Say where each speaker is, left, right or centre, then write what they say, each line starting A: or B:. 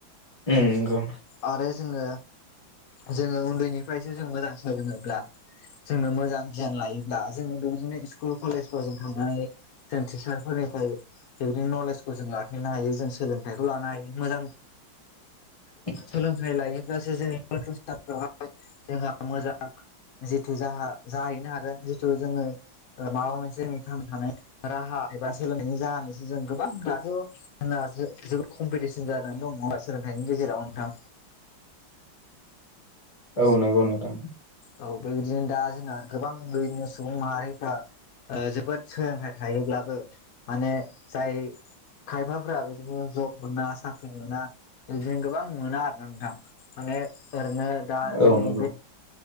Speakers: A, on the left (about 25°); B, on the left (about 65°).
A: उम नंगौ
B: आरो जोङो जोङो उन्दैनिफ्रायसो जों मोजां सोलोङोब्ला जोङो मोजां गियान लायो। दा जोङो बेबायदिनो स्कुल कलेजफोराव जों थांनानै जों टिचार फोरनिफ्राय बेबायदिनो नलेज बोसोन जो लाखिनो हायो जों सोलोंथाइखौ लानो हायो मोजां
A: <inaudible>
B: सोलोंथाइ लायोब्लासो जोंनि पथानफ्रावहाय जोंहा मोजां जिथु जाहा जाहैनो हागोन। जिथु जोङो माबा मोनसे जों थानो थानाय राहा एबा सोलोंनायनि जाह जों गोबां दाथ' जोंना जो-जोबोद कम्पिटिसन जानानै दं नङा होमबा सोलोंथाइनि गेजेराव नोंथां।
A: औ नंगौ नोंथां।
B: औ बेबायदिनो दा जोंहा गोबां बेबायदिनो सुबुं माहारिफ्रा ओ जोबोद सोलोंथाइ थायोब्लाबो माने जाय खायफाफोरा बे दिनो ज'ब मोना साख्रि मोना इदिनो गोबां मोना आरो ना नोंथां। माने ओरैनो दा
A: औ
B: जोंनि
A: नंगौ।